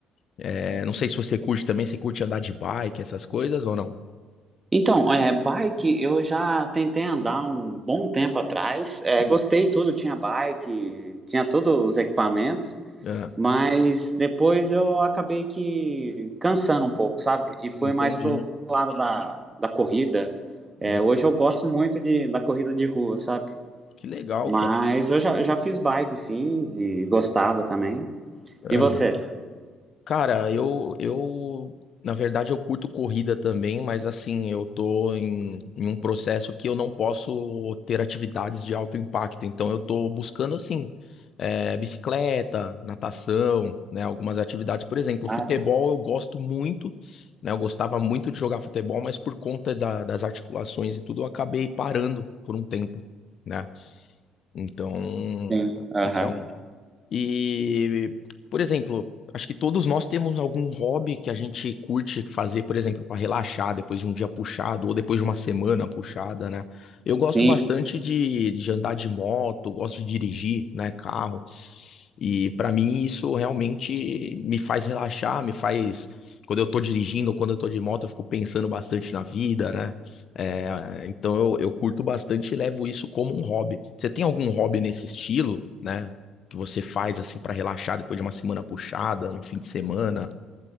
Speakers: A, on the left (about 50°); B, on the right (about 25°).
A: É, não sei se você curte também, você curte andar de bike, essas coisas ou não?
B: Então, é, bike eu já tentei andar um bom tempo atrás. É,
A: Hum.
B: gostei tudo, tinha bike, tinha todos os equipamentos,
A: Ah,
B: mas depois eu acabei que cansando um pouco, sabe? E fui
A: entendi.
B: mais pro lado da, da corrida. É,
A: Legal.
B: hoje eu gosto muito de, da corrida de rua, sabe?
A: Que legal,
B: Mas
A: cara.
B: eu já, já fiz bike, sim, e gostava também.
A: Aham.
B: E você?
A: Cara, eu, eu, na verdade, eu curto corrida também, mas assim, eu tô em, em um processo que eu não posso ter atividades de alto impacto. Então, eu tô buscando, assim, é, bicicleta, natação, né, algumas atividades. Por exemplo,
B: Ah,
A: futebol
B: sim.
A: eu gosto muito, né, eu gostava muito de jogar futebol, mas por conta da- das articulações e tudo, eu acabei parando por um tempo, né? Então,
B: Sim, aham.
A: isso é um E, por exemplo, acho que todos nós temos algum hobby que a gente curte fazer, por exemplo, para relaxar depois de um dia puxado ou depois de uma semana puxada, né? Eu gosto
B: Sim,
A: bastante de, de andar de moto, gosto de dirigir, né, carro. E para mim isso realmente me faz relaxar, me faz. Quando eu tô dirigindo ou quando eu tô de moto, eu fico pensando bastante na vida, né? É, então eu, eu curto bastante e levo isso como um hobby. Você tem algum hobby nesse estilo, né? Que você faz assim para relaxar depois de uma semana puxada, no fim de semana?